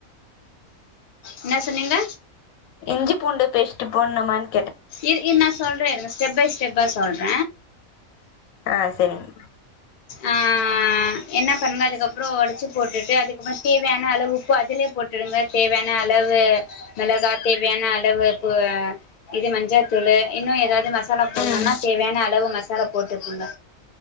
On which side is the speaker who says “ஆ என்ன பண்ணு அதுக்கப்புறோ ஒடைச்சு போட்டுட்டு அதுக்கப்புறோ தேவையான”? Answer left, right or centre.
Left